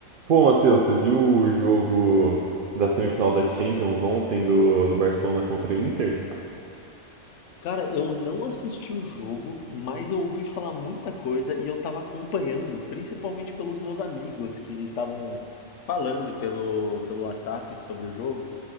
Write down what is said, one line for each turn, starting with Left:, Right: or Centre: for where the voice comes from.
Right: Pô, Matheus, você viu o jogo da semifinal da Champions ontem do, do Barcelona contra o Inter?
Left: Cara, eu não assisti o jogo, mas eu ouvi falar muita coisa e eu tava acompanhando, principalmente pelos meus amigos que estavam falando pelo, pelo WhatsApp sobre o jogo.